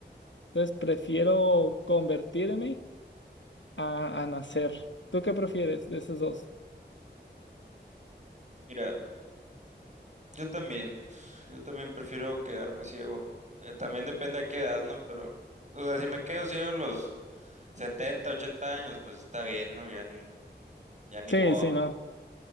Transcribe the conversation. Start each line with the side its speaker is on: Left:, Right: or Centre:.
Left: Entonces prefiero convertirme a, a nacer. ¿Tú qué prefieres de esos dos?
Right: Mira, yo también, yo también prefiero quedarme ciego. Eh, También depende a qué edad, ¿no? Pero, o sea, si me quedo ciego a los 70, 80 años, pues está bien, ¿no? Ya ni, ya ni
Left: Sí,
Right: modo.
Left: sí, no.